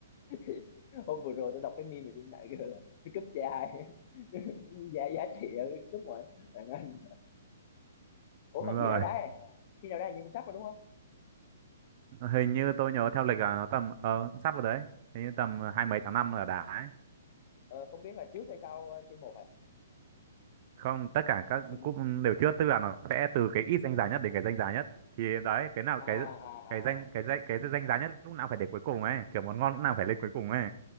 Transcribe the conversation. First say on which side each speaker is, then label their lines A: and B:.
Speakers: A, on the left; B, on the right.
A: Thì hôm vừa rồi tôi đọc cái meme mà trên mạng kêu là cái cúp C2 <laughs> giá giá trị ở cái cúp ngoại bạn Anh ủa
B: đúng
A: mà
B: rồi
A: khi nào đá à? khi nào đá như cũng sắp rồi đúng không
B: hình như tôi nhớ theo lịch là nó tầm ờ cũng sắp rồi đấy hình như tầm hai mấy tháng năm là đá ấy.
A: ờ, không biết là trước hay sau ờ, một 1 à
B: không tất cả
A: Hình
B: các
A: như hình
B: cúp đều chưa tức là nó sẽ từ cái ít danh giá nhất đến cái danh giá nhất thì đấy cái nào
A: à
B: cái
A: à
B: cái danh cái danh cái danh giá nhất lúc nào phải để cuối cùng ấy kiểu món ngon lúc nào phải
A: à
B: lên cuối cùng ấy